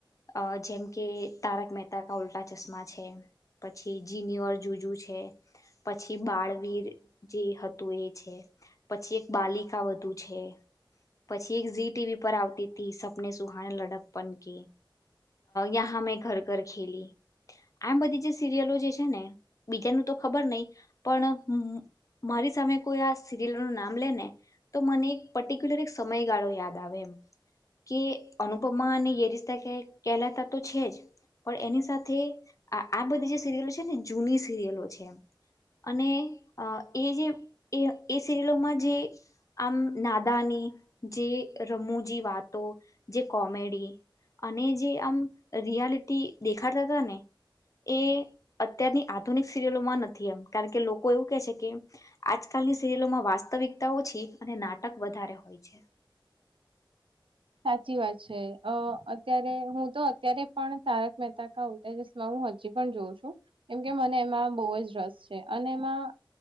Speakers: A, on the left; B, on the right.
A: અ જેમ કે તારક મહેતા કા ઉલ્ટા ચશ્મા છે પછી જીનઓર જુજુ છે પછી બાળવીર જે હતું એ છે પછી એક બાલિકા વધુ છે પછી એક ઝી ટીવી પર આવતી હતી સપને સુહાની લડક પણ કે યહાં મેં ઘર ઘર ખેલી આમ બધી જે સિરિયલો જે છે ને બીજાનું તો ખબર નહી પણ મારી સામે કોઈ આ સિરિયલ ન નામ લે ને તો મને એક પર્ટિક્યુલર એક સમયગાળો યાદ આવે એમ કે અનુપમા અને યે રિશતા ક્યાં કેહલાતા તો છે જ પણ એની સાથે આ બધી જે સિરિયલો છે ને જૂની સિરિયલો છે અને એ જે એ સિરયલોમાં જે આમ નાદા જે રમૂજી વાતો જે કોમેડી અને જે આમ રિયાલિટી દેખાડતા હતા ને એ અત્યારની આધુનિક સિરિયલોમાં નથી કારણ કે લોકો એવું કે છે કે આજકાલની સિરિલોમાં વાસ્તવિક ઓછી અને નાટક વધારે હોય છે
B: સાચી વાત છે અત્યારે હું તો અત્યારે પણ તારક મહેતા કા ઉલ્ટા ચશ્મા હું હજી પણ જોવ છું કેમ કે મને એમાં બહુ જ રસ છે અને એમાં